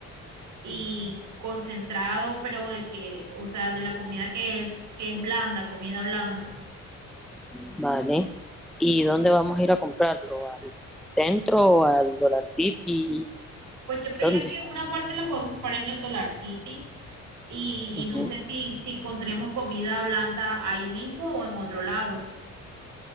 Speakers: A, on the right; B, in the centre.
A: y concentrado, pero del que, o sea, de la comida que es, que es blanda, comida blanda
B: ¿vale? ¿Y dónde vamos a ir a comprarlo? ¿Al centro? o ¿Al Dollar City?
A: Pues yo creería
B: ¿Dónde?
A: que una parte la podemos comprar en el Dollar City y,
B: Ujú.
A: y no sé si, si encontremos comida blanda ahí mismo o en otro lado.